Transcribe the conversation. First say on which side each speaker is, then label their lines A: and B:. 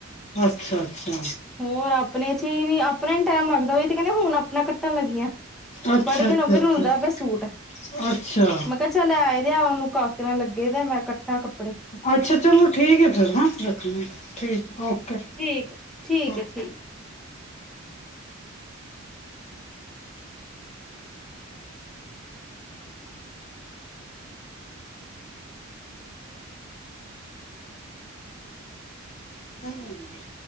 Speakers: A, on the left (about 35°); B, in the centre.
A: ਅੱਛਾ ਅੱਛਾ
B: ਹੋਰ ਆਪਣੇ ਚੀ ਹੀ ਨੀ ਆਪਣੇ ਟਾਈਮ ਲਗਦਾ ਓਹੀ ਤੇ ਕਹਿਣੀ ਹੁਣ ਆ ਮੈਂ ਕੱਟਣ ਲੱਗੀ ਆ
A: ਅੱਛਾ
B: ਬੜੇ ਦਿਨ
A: ਅੱਛਾ
B: ਹੋਗੇ
A: ਅੱਛਾ
B: ਰੁਲਦਾ ਪਿਆ ਸੂਟ
A: ਅੱਛਾ
B: ਮੈਂ ਕਿਹਾ ਚਲ ਆ <unintelligible> ਮੈਂ ਕੱਟਾ
A: ਅੱਛਾ ਚੱਲੋ ਠੀਕ ਐ ਫਿਰ ਹੈ, ਰੱਖਲੋ ਠੀਕ ਔਕੇ
B: ਠੀਕ ਠੀਕ
A: ਔਕੇ।
B: ਹੈ ਠੀਕ
A: ਨਹੀਂ ਨਹੀਂ,